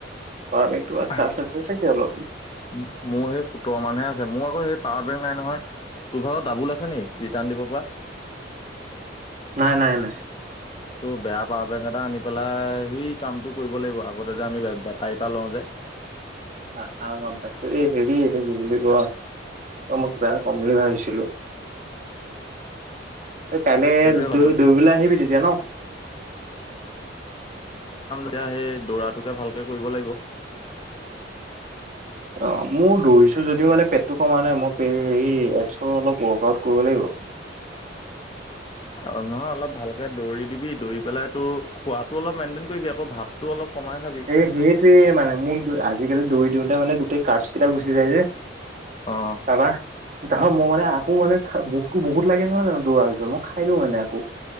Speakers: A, on the right; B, on the left.
A: পাৱাৰ বেংকটো
B: উ,
A: চাৰ্জ আছে চাগে অলপ
B: মোৰ সেই সোতৰ মানহে আছে, মোৰ আকৌ সেই। পাৱাৰ বেংক নাই নহয়, তোৰ ভাগৰ ডাবোল আছে নেকি? ৰিটাৰ্ন দিব পৰা।
A: নাই নাই নাই।
B: তোৰ বেয়া পাৱাৰ বেংক এটা আনি পেলাই, এই কামটো কৰিব লাগিব, আগতে যে আমি বেপাৰীৰ পৰা লও যে।
A: আ আ গম পাইছোঁ, এই হেৰি এইটো কি বুলি কয়। অ' মই কিবা এটা কম বুলি ভাবিছিলোঁ। এই কাইলে
B: সেইটোৱে পাতো
A: দ দৌৰিবলৈ আহিবি তেতিয়া ন?
B: এতিয়া সেই দৌৰাটোকে ভালকে কৰিব লাগিব।
A: অ', মোৰ দৌৰিছো যদিও মানে পেটটো কমা নাই, মই হেৰি এপছৰ অলপ ৱৰ্ক আউট কৰিব লাগিব। <unintelligible>
B: অ' নহয়, অলপ ভালকে দৌৰি দিবি, দৌৰি পেলাই তো খোৱাটো অলপ মেন্টেন কৰিবি আকৌ, ভাতটো অলপ। কমাই খাবি
A: এই সেইটোৱে মানে, মোক আজিকালি দৌৰি দিওঁতে মানে, গোটেই কাৰ্ভচ কেইটা গুচি যায় যে।
B: অ
A: টাবা। তাৰপা মই মানে আকৌ, মানে ভোকটো বহুত লাগে নহয় জানো দৌৰাৰ পিছত, মই খাই দিওঁ মানে আকৌ।